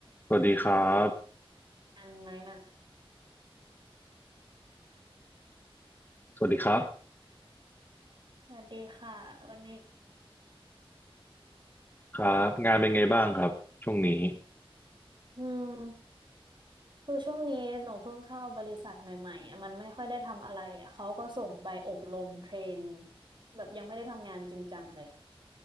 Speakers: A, on the left; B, on the right.
A: สวัสดีครับ
B: กันไหมนะ
A: สวัสดีครับ
B: สวัสดีค่ะวันนี้
A: ครับงานเป็นไงบ้างครับช่วงนี้
B: อืมคือช่วงนี้หนูเพิ่งเข้าบริษัทใหม่ๆอะมันไม่ค่อยได้ทำอะไรอะเขาก็ส่งไปอบรมเทรนแบบยังไม่ได้ทำงานจริงจังเลย